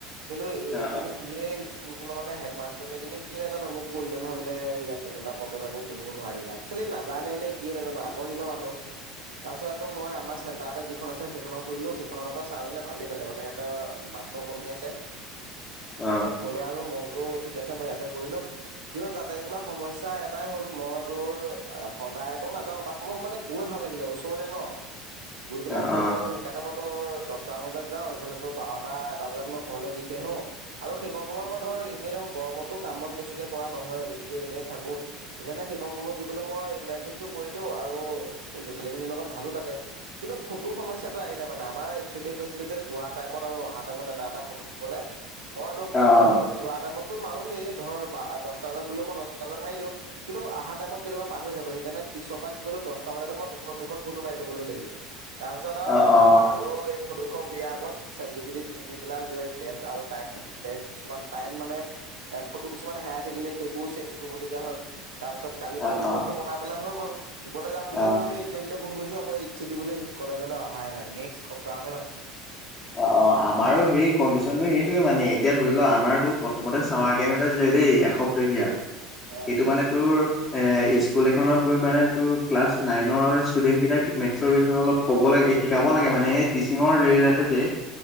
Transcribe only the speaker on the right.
কিন্তু এ
কিন্তু সিয়ে স্কুলখনৰ মানে হেডমাষ্টৰীজনী কি নাজানো মোক কই দিলে নহয় বোলে ইয়াত তেনেকুৱা প্ৰগ্ৰেম একৌ কৰিব নোৱাৰিবা। একচুৱেলি নাজানে নে কি নাজানো আগৰ দিনৰ মানুহ। তাৰ পিছত আকৌ মই আমাৰ চেণ্টাৰতে যিখন আছে সেইখনৰ সুধিলো সেইখনত আকৌ ছাৰজনে ভালে পালে, মানে সিহঁতৰ - মাৰ্ক্স কমি আছে,
তাৰপিছত কলে আৰু মই বোলো ঠিক আছে মই ইয়াতে কৰি ল'ম- কিন্তু তাতে যেনিবা সমস্যা এটাই হ'ল, মই তোৰ সদায়তো নাযাও বাট মোৰ মানে - গৈ ভাল লাগিলে, ওচৰতে ন।
গৈ পেলাই
ভাল লাগে তো সেইকাৰনে মই টোৰ দহটামান বজাত যাওঁ এইফালেতো - বাৰটা এটা বজাত মই ঘৰলে গুচি আহো। আৰু সেইকণ সময় মই ধৰ এনেই থাকো গৰমতো কাম বন বেছিকে কৰা নহয় গতিকে এনেই থাকো - সেইকাৰণে সেইকণ সময়ত গৈ পেলাই মই ইণ্টাৰ্ণশ্বিপ টো কৰি দিওঁ আৰু লৰা ছোৱালী খিনিৰ লগত ভালো লাগে। কিন্তু ফটো সমস্যাটো আহিলে মানে আমাৰ এইচ আই দিয়ে কৈছিলে যে যোৱা টাইমত আৰু অহা টাইমত এটা এটা ফটো দিবলে মইটো ফটো
যোৱা টাইমত- টো মাৰোংগে ধৰ দহটা বজাত গলেও মই দহটা বজাত মাৰি দিওঁ - কিন্তু আহা তাইমত কেতিয়াবা পাহৰি থাকোঁ সেইকাৰণে পিছপা কি কৰিলো দছটা বজাতে মই দুখন দুখন ফটো মাৰি লবলৈ লাগি গ- লো। তাৰ পিছত আও
আৰু এই ফটো কেইখন দিয়াৰ আগত - চেটজিপিতিত দি দি পেলাই গোটেই ডেট আৰু টাইট তেত কিছুমান টাইম মানে - এ ফটো কিছুমানে হেৰাই থাকিলে সেইবোৰও চেঞ্জ কৰিবলগীয়া হ'ল। তাৰ পাছত কালি
বাৰু ৰিপৰ্টটো
বনাই পেলাই হৈ গল দিবলে যাম
বুলি ভাবিচিলো এই - এইচ‌অদি লে ফোন কৰিছো আকৌ এইচ‌অদি বুলে কলেজলে অহাই নাই নেক্সট সপ্তাহতে মাতিছে।
অ',